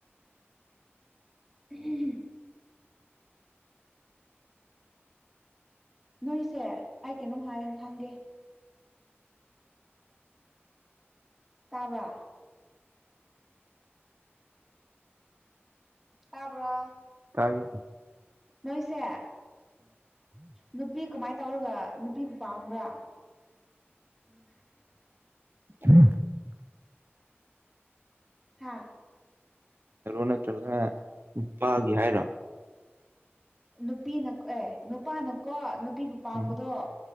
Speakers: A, in the centre; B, on the right (about 55°).
A: ꯎꯝ ꯅꯣꯏꯁꯦ ꯑꯩ ꯀꯩꯅꯣꯝ ꯍꯪꯒꯦ ꯇꯥꯕ꯭ꯔꯥ ꯇꯥꯕ꯭ꯔꯥ
B: ꯇꯥꯢꯌꯦ
A: ꯅꯣꯏꯁꯦ ꯅꯨꯄꯤ ꯀꯃꯥꯏꯅ ꯇꯧꯔꯒ ꯅꯨꯄꯤꯕꯨ ꯄꯥꯝꯕ꯭ꯔꯥ ꯎ <unintelligible>
B: ꯍꯝ <unintelligible>
A: ꯍꯥꯥ
B: ꯅꯠꯇ꯭ꯔꯒꯅ ꯅꯨꯄꯥꯒꯤ ꯍꯥꯏꯔꯣ
A: ꯅꯨꯄꯤꯅ ꯑꯦ ꯅꯨꯄꯥꯅꯀꯣ ꯅꯨꯄꯤꯕꯨ ꯄꯥꯝꯕꯗꯣ
B: ꯎꯝ